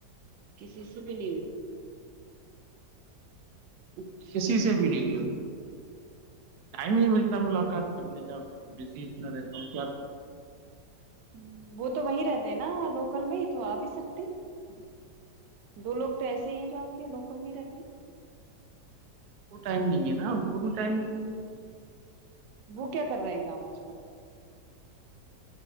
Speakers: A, on the right; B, on the right.
A: کسی سے بھی نہیں ہو اچھا
B: کسی سے بھی نہیں اب ٹائم ہی ملتا ملاقات کرنے کا بزی اتنا رہتا ہوں کیا
A: ہ وہ تو وہیں رہتے ہیں نا لوکل میں ہی تو آ بھی سکتی
B: <inaudible>
A: دو لوگ تو ایسے ہی ہیں جو آپ کے یہاں لوکل نہیں رہتے
B: کو ٹائم نہیں ہے نا ان کو بھی ٹائم نہیں ہے
A: وہ کیا کر رہے ہیں کام آج کل